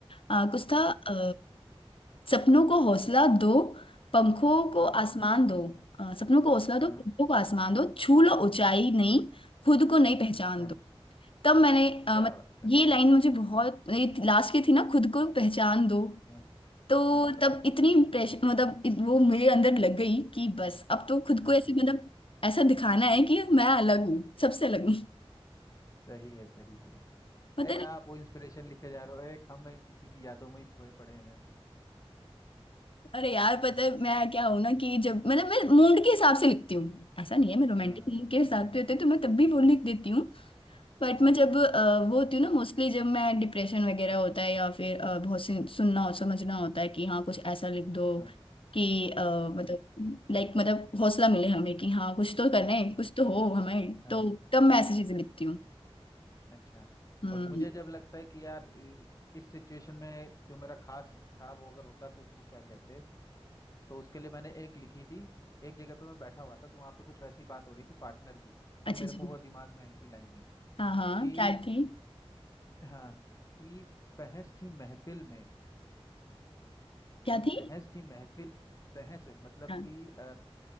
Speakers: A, on the left (about 60°); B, on the left (about 35°).
A: अ, कुछ था
B: हाँ
A: अ, सपनों को हौसला दो पंखों को
B: हाँ
A: आसमान दो अ, सपनों को हौसला दो
B: हाँ
A: पंखों को आसमान दो छू लो ऊंचाई नहीं खुद को नहीं पहचान
B: हाँ।
A: दो तब मैंने अ,
B: क्या
A: मतलब
B: बात है
A: ये लाइन मुझे बहुत लास्ट की थी ना खुद को पहचान दो
B: हाँ
A: तो
B: हाँ
A: तब इतनी इम्प्रेशन मतलब इत- वो मेरे अंदर लग गई कि बस अब तो खुद
B: हाँ
A: को ऐसे
B: हाँ
A: मतलब
B: हाँ,
A: ऐसा दिखाना है कि मैं अलग हूँ सबसे अलग हूँ
B: सही है सही है
A: पता
B: एक
A: नहीं
B: आप वो इंस्पिरेशन लिखे जा रहे हो एक हम एक किसी की यादों में ही खोए पड़े हैं
A: अरे यार पता है मैं क्या हूँ ना कि जब मतलब मैं मूड के हिसाब से लिखती हूँ ऐसा नहीं है मैं रोमांटिक
B: हाँ हाँ
A: मूड
B: हाँ
A: के हिसाब
B: हाँ
A: से होते तो मैं तब भी वो लिख देती हूँ बट
B: हम्म,
A: मैं जब अ, वो होती हूँ ना मोस्टली जब मैं डिप्रेशन वगैरह होता है या फिर अ, बहुत सी सुनना और समझना होता है कि हाँ कुछ ऐसा लिख दो
B: हाँ
A: कि अ,
B: हाँ
A: मतलब लाइक मतलब हौसला मिले हमें कि हाँ कुछ तो करना है
B: हाँ
A: कुछ तो हो हमें
B: हाँ
A: तो
B: हाँ
A: तब मैं ऐसी
B: हाँ,
A: चीजें लिखती हूँ
B: अच्छा
A: हम्म
B: और मुझे जब लगता है कि यार इ- इस सिचुएशन में जो मेरा खास था वो अगर होता तो उसको क्या कहते तो उसके लिए मैंने एक लिखी थी एक जगह पे मैं बैठा हुआ था तो वहां पे कुछ वैसी बात हो रही थी पार्टनर की तब
A: अच्छा
B: मेरे को
A: जी
B: वो दिमाग में आई थी लाइनें
A: हाँ हाँ
B: कि
A: क्या थी
B: हाँ कि बहस थी महफिल में
A: क्या
B: कि
A: थी
B: बहस थी महफिल बहस है मतलब
A: हाँ
B: कि अ,